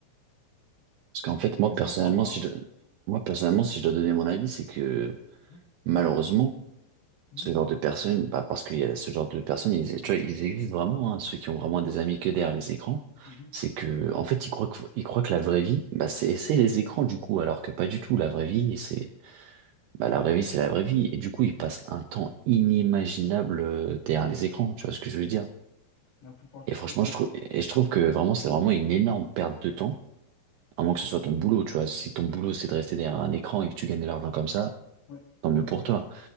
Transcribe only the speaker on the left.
Qu'est-ce
que t'en penses, toi?
Mhm,
mhm,
mhm,
mhm.
La plupart du
temps, c'est
toujours-
Oui,